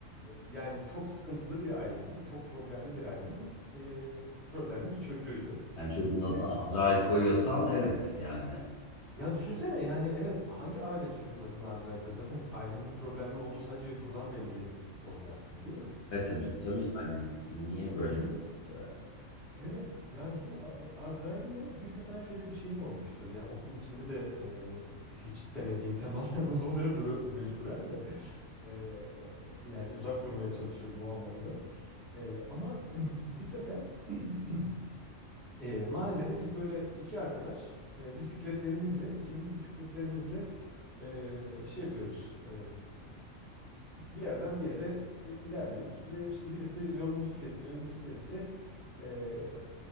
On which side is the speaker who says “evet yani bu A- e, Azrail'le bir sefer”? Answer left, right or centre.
Centre